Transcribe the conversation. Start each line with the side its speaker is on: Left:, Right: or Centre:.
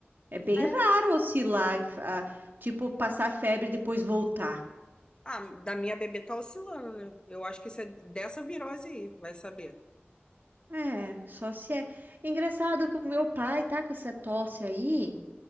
Right: É bem
Left: É.
Right: raro oscilar, a- tipo passar febre e depois voltar.
Left: Ah, da minha bebê tá oscilando, né? Eu acho que isso é dessa virose aí, vai saber.
Right: É, só se é. Engraçado que o meu pai tá com essa tosse aí.